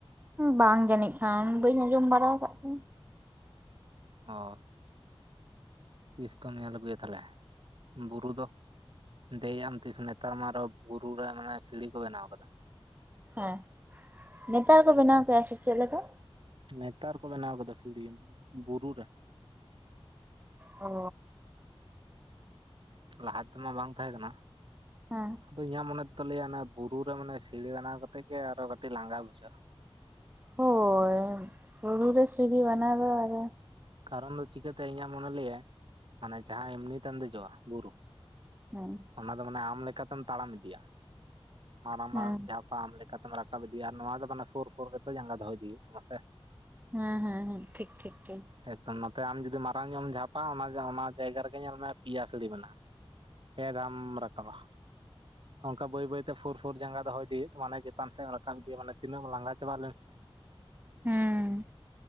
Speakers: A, on the right; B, on the right.
A: ᱵᱟᱝ ᱡᱟᱹᱱᱤᱡ ᱠᱷᱟᱱ ᱵᱟᱹᱧ ᱟᱸᱡᱚᱢ ᱵᱟᱲᱟ ᱟᱠᱟᱫ ᱠᱚ
B: ᱚ ᱛᱤᱥ ᱛᱚᱢ ᱧᱮᱞ ᱟᱹᱜᱩᱭᱟ ᱛᱟᱦᱚᱞᱮ ᱵᱩᱨᱩ ᱫᱚ? ᱫᱮᱡᱭᱟᱢ ᱛᱤᱥ ᱱᱮᱛᱟᱨ ᱢᱟ ᱟᱨ ᱵᱩᱨᱩ ᱨᱮᱟᱱᱮ ᱥᱤᱲᱤ ᱠᱚ ᱵᱮᱱᱟᱣ ᱠᱟᱫᱟ
A: ᱦᱮᱸ ᱱᱮᱛᱟᱨ ᱠᱚ ᱵᱮᱱᱟᱣ ᱯᱮᱭᱟ ᱥᱮ ᱪᱮᱫ ᱞᱮᱠᱟ
B: ᱱᱮᱛᱟᱨ ᱠᱚ ᱵᱮᱱᱟᱣ ᱠᱟᱫᱟ ᱯᱷᱤᱞ ᱵᱩᱨᱩ ᱨᱮ
A: ᱚ
B: ᱞᱟᱦᱟᱛᱮᱢᱟ ᱵᱟᱝ ᱛᱟᱦᱮᱸ ᱠᱟᱱᱟ
A: ᱦᱮᱸ
B: ᱟᱫᱚ ᱤᱧᱟᱹᱜ ᱢᱚᱱᱮ ᱚᱛ ᱞᱟᱭᱟ ᱚᱱᱟ ᱵᱩᱨᱩ ᱨᱮ ᱢᱟᱱᱮ ᱥᱤᱲᱤ ᱵᱮᱱᱟᱣ ᱠᱟᱛᱮ ᱜᱮ ᱟᱨᱚ ᱠᱟᱹᱴᱤᱡ ᱞᱟᱸᱜᱟ ᱵᱩᱡᱷᱟᱹᱜᱼᱟ᱾
A: ᱦᱳᱭ ᱵᱩᱨᱩ ᱥᱤᱲᱤ ᱵᱟᱱᱟᱣ ᱫᱚ ᱟᱫᱚ
B: ᱠᱟᱨᱚᱱ ᱫᱚ ᱪᱤᱠᱟᱹᱛᱮ ᱤᱧᱟᱹᱜ ᱢᱚᱱᱮ ᱞᱟᱹᱭᱭᱟ ᱢᱟᱱᱮ ᱡᱟᱦᱟᱸ ᱮᱢᱱᱤᱛᱮᱢ ᱫᱮᱡᱚᱜᱼᱟ ᱵᱩᱨᱩ
A: ᱦᱮᱸ
B: ᱚᱱᱟ ᱫᱚ ᱢᱟᱱᱮ ᱟᱢ ᱞᱮᱠᱟᱛᱮᱢ ᱛᱟᱲᱟᱢ ᱤᱫᱤᱭᱟ ᱢᱟᱨᱟᱝ
A: ᱦᱮᱸ
B: ᱢᱟᱨᱟᱝ ᱡᱟᱦᱟᱸ ᱟᱢ ᱞᱮᱠᱟ ᱞᱮᱠᱟᱛᱮᱢ ᱨᱟᱠᱟᱵ ᱤᱫᱤᱭᱟ ᱟᱨ ᱱᱚᱣᱟ ᱫᱚ ᱢᱟᱱᱮ ᱥᱩᱨ ᱥᱩᱨ ᱜᱮᱛ ᱡᱟᱸᱜᱟ ᱫᱚᱦᱚᱭ ᱤᱫᱤᱭ ᱦᱩᱭᱩᱜ ᱛᱟᱢᱟᱟᱥᱮ
A: ᱦᱮᱸ ᱦᱮᱸ ᱦᱮᱸ ᱴᱷᱤᱠ ᱴᱷᱤᱠ ᱴᱷᱤᱠ
B: ᱮᱠᱫᱚᱢ ᱱᱚᱛᱮ ᱟᱢ ᱡᱩᱫᱤ ᱢᱟᱨᱟᱝ ᱧᱚᱜ ᱮᱢ ᱡᱷᱟᱯᱟ ᱚᱱᱟ ᱡᱟᱭᱜᱟ ᱨᱮᱜᱮ ᱧᱮᱞ ᱢᱮ ᱯᱮᱭᱟ ᱥᱟᱹᱲᱤ ᱢᱮᱱᱟᱜᱼᱟ᱾ ᱯᱮ ᱫᱷᱟᱢ ᱨᱟᱠᱟᱵᱟ ᱚᱱᱠᱟ ᱵᱟᱹᱭ ᱵᱟᱹᱭᱛᱮ ᱥᱩᱨ ᱥᱩᱨ ᱡᱟᱸᱜᱟ ᱫᱚᱦᱚᱭ ᱤᱭᱮ ᱛ ᱢᱟᱱᱮ ᱪᱮᱛᱟᱱ ᱥᱮᱫ ᱮᱢ ᱨᱟᱠᱟᱵ ᱤᱫᱮ ᱢᱟᱱᱮ ᱛᱤᱱᱟᱹᱜ ᱞᱟᱸᱜᱟ ᱪᱟᱵᱟᱜ ᱞᱟᱹᱭ ᱢᱮᱥᱮ
A: ᱦᱮᱸ